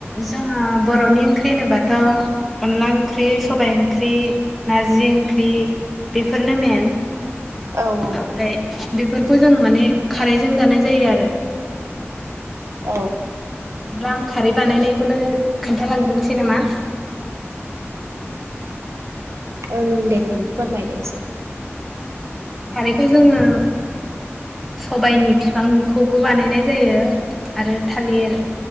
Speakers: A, in the centre; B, on the right (about 80°).
A: जोंहा बर'नि ओंख्रि होनोबाथ' अनला ओंख्रि सबाय ओंख्रि नारजि ओंख्रि बेफोरनो मेन
B: औ औ
A: ओमफ्राय बेफोरखौ जों माने खारैजों जानाय जायो आरो
B: औ
A: ब्ला आं खारै बानायनायखौनो खोन्थालांग्रोनोसै नामा
B: ओं ओ दे फोरमायदो एसे
A: खारैखौ जोङो सबायनि फिफांखौबो बानायनाय जायो आरो थालिर